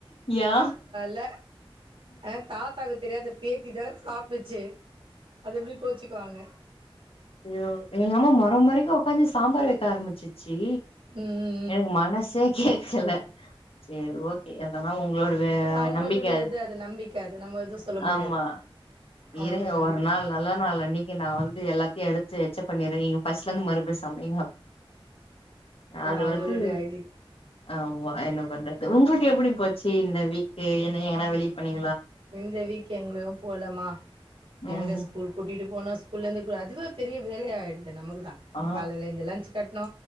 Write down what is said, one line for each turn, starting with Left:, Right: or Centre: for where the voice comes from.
Left: யா
Right: ல ஏ தாத்தாகு தெரியாத பேத்தி தர சாப்டுச்சு அது எப்டி கோச்சுக்குவாங்க
Left: யோ எங்க அம்மா மொற மொறக்க உக்காஞ்சி சாம்பார் வைக்க ஆரம்பிச்சுச் சி
Right: ம் ம், ம்.
Left: எனக்கு மனசே கேக்கல சேரி ஓகே எதன ஒன்னு உங்ளோட வ
Right: அது அவங்களுடைய
Left: நம்பிக்க அது
Right: இது நம்பிக்கை அது நம்ம எதுவும் சொல்ல முடியாது
Left: ஆமா
Right: அவங்களுடைய
Left: இருங்க
Right: நம்பிக்கை
Left: ஒரு நாள் நல்ல நாள் அன்னைக்கு நா வந்து எல்லா எடுத்து எச்ச பண்ணிறதீங்க ஃபர்ஸ்ட் உக்காந்து மறுபடியு சமைங்க அது
Right: அவங்களுடைய
Left: வந்து
Right: ஐதீகம்
Left: ஆமா என்ன பண்றது உங்ளுக்கு எப்டி போச்சு இந்த வீக் என்ன எங்கன்ன வெளிய போன்னி
Right: இந்த வீக் எங்கவு போலமா
Left: ம்
Right: எங்க ஸ்கூல் கூட்டிட்டு போன ஸ்கூல இருந்து கூ அதுவே பெரிய வேல ஆயிடுது நமக்கு தா
Left: ஆ
Right: காலையிலஎழுந்து லஞ்ச் கட் னு